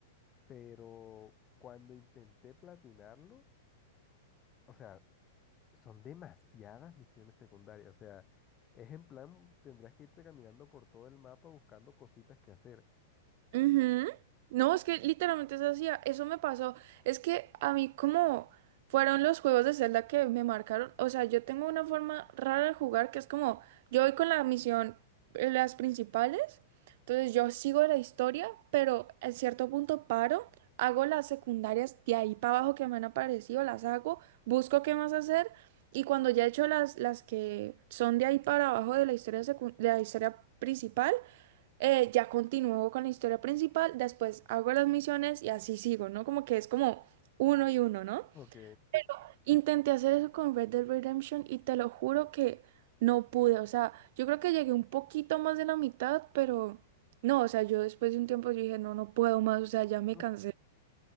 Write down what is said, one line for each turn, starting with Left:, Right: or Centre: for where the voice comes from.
Left: Pero cuando intenté platinarlo, o sea, son demasiadas misiones secundarias, o sea, es en plan, tendrías que irte caminando por todo el mapa buscando cositas que hacer.
Right: ujú. No, es que literalmente eso hacía, eso me pasó. Es que a mí como fueron los juegos de Zelda que me marcaron, o sea, yo tengo una forma rara de jugar que es como, yo voy con la misión, eh, las principales, entonces yo sigo la historia, pero en cierto punto paro, hago las secundarias de ahí para abajo que me han aparecido, las hago, busco qué más hacer. Y cuando ya he hecho las, las que son de ahí para abajo de la historia, secu- de la historia principal, eh, ya continúo con la historia principal, después hago las misiones y así sigo, ¿no? Como que es como uno y uno, ¿no?
Left: Ok.
Right: Pero Intenté hacer eso con Red Dead Redemption y te lo juro que no pude. O sea, yo creo que llegué un poquito más de la mitad, pero no, o sea, yo después de un tiempo yo dije, no, no puedo más, o sea, ya me
Left: <laughs>
Right: cansé.